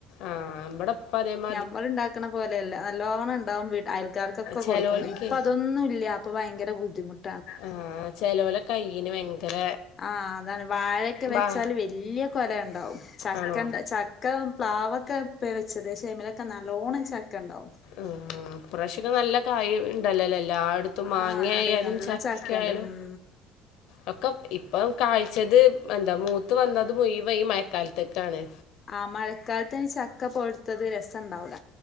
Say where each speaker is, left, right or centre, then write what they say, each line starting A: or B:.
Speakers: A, on the left; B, on the left.
A: ആഹ് ഇവടെ ഇപ്പ അതെ മ
B: ഞമ്മൾ ഇണ്ടാക്ക്ണ പോലെയല്ല നല്ലോണം ഇണ്ടാവും വീട് അയൽക്കാർ ക്കൊക്കെ
A: ചെലോൽക്ക്
B: കൊടുക്കും ഇപ്പ അതൊന്നും ഇല്ല അപ്പൊ ഭയങ്കര ബുദ്ധിമുട്ട്
A: ആഹ് ചെലോല കൈന് ഭയങ്കര
B: ആഹ് അതാണ് വാഴ ഒക്കെ വെച്ചാല്
A: ബാ
B: വല്ല്യ കൊല ഉണ്ടാകും ചക്കണ്ട
A: ആണോ
B: ചക്ക പ്ലാവൊക്കെ ഉപ്പേ വെച്ചത് പക്ഷേ അയ്മലോക്കെ നല്ലോണ്ണം ചക്കണ്ടാവും
A: ആഹ് ആഹ് ഇപ്രാവശ്യം ഒക്കെ നല്ല കായി ഇണ്ടല്ലോല്ലേ എല്ലാട ത്തും മാങ്ങ
B: ആഹ് ഇണ്ട്
A: ആയാലും
B: നല്ലോം
A: ചക്ക
B: ചക്കണ്ട്
A: ആയാലും
B: ഉം
A: ഒക്കെ ഇപ്പം കാഴ്ചത് എന്താ മൂത്ത് വന്നത് മുയ്‌വന് ഈ മഴക്കാലത്ത് ത്തെ ആണ്.
B: ആഹ് മഴക്കാലത്തയ്ൻ ചക്ക പോയുത്തത് രസണ്ടാവൂല.